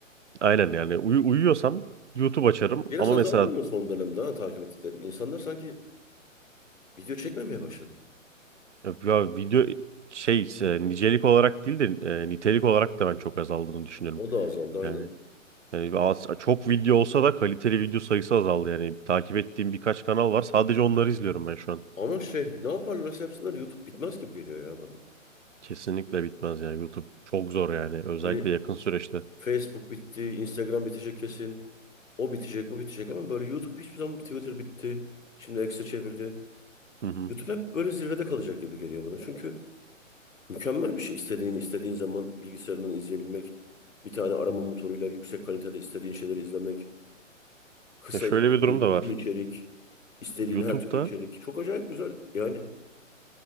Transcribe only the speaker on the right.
Aynen yani uyu uyuyorsam YouTube açarım
ama
mesela
e, ya video şey e, nicelik olarak değil de e, nitelik olarak da ben çok azaldığını düşünüyorum.
Yani, yani az- çok video olsa da kaliteli video sayısı azaldı yani takip ettiğim birkaç kanal var sadece onları izliyorum ben şu an.
Kesinlikle bitmez yani YouTube çok zor yani özellikle
yakın süreçte.
Hı hı.
hı hı.
Ya şöyle
bir durum da
var.
YouTube'da